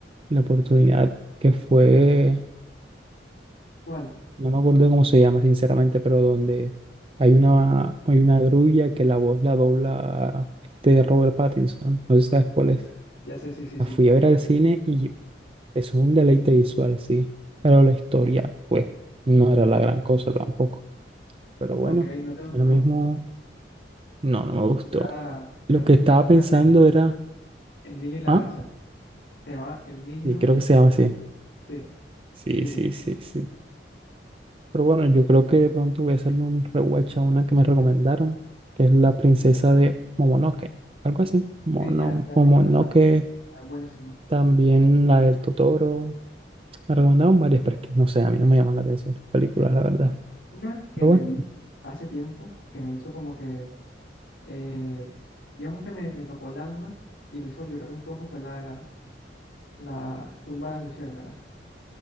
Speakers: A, on the right; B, on the left.
A: la oportunidad que fue,
B: ¿Cuál?
A: no me acuerdo cómo se llama sinceramente, pero donde hay una, hay una grulla que la voz la dobla este Robert Pattinson, no sé si sabes cuál
B: Ya
A: es.
B: sé, ya sé, sí, sí,
A: La
B: sí.
A: fui a ver al cine y eso es un deleite visual, sí, pero la historia, pues, no era la gran cosa tampoco. Pero bueno,
B: Ok, no te gustó.
A: lo mismo, no, no me gustó.
B: Era, si
A: Lo
B: no estoy
A: que estaba
B: mal,
A: pensando
B: creo que
A: era,
B: El niño y la
A: ah,
B: garza. Se llamaba El Niño
A: y creo
B: y
A: que se llama así.
B: sí,
A: Sí,
B: sí,
A: sí,
B: sí,
A: sí, sí. Pero bueno, yo creo que de pronto voy a hacerle un rewatch a una que me recomendaron, que es La Princesa de Momonoke, algo así. Mono,
B: sí, ya, ya
A: Momonoke,
B: recuerdo cuál es, es buenísima.
A: también la del Totoro. Me recomendaron varias, pero es que no sé, a mí no me llaman la atención las películas, la verdad.
B: Una que
A: Pero
B: me
A: bueno,
B: vi hace tiempo, que me hizo como que, eh, digamos que me, me tocó el alma y me hizo llorar un poco, fue la de la, la tumba de las luciérnagas.